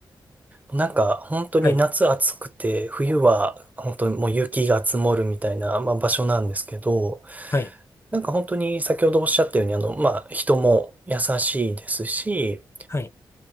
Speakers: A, on the right; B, on the left.
A: なんか、本当に夏暑くて、
B: はい、
A: 冬は本当にもう雪が積もるみたいな、まあ、場所なんですけど、
B: はい、
A: なんか本当に先ほどおっしゃったように、あの、まあ、人も優しいですし、
B: はい。